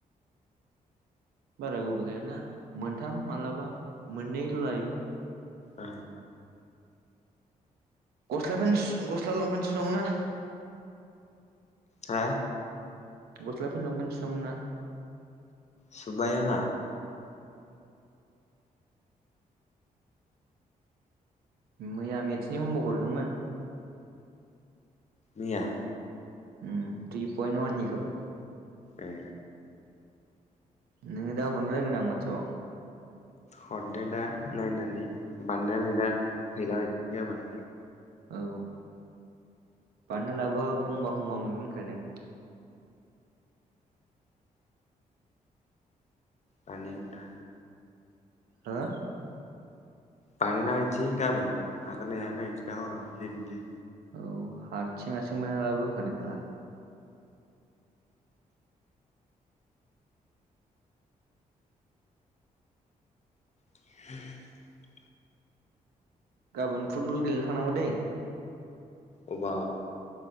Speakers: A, on the right (about 85°); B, on the left (about 45°).
A: बारा गोबाव लायाना मोनथाम मालाबा मोननैल' लायो
B: ओ
A: गस्ला पेन्टस गस्ला लंपेन्ट सुनांगौ ना
B: हा
A: गस्लाफोर <unintelligible>
B: सुबाय आंहा
A: मैया मेटसनि हमभुक हरदोंमोन
B: मैया
A: उम थ्रि पयेन उवाननिखौ
B: ए
A: नोंनो दा हरना दोनगोन आं वाटसाबाव
B: हरदो दा नायनानै <unintelligible> हैलाबाय गाबोन
A: औ बानायना लाबोआ फंबा फंबा मोनगोन होनखादों
B: बानायगोन दा
A: हो
B: बानायना हैनिसै गाबोन हागोनना हाया नायनिसै दा हरावहाय लिददो
A: औ हातसिं हातसिं बानायना लाबो ओंखादों खेला
B: <unintelligible>
A: गाबोन फुटबल गेलेनो थानांगौ दै
B: अबाव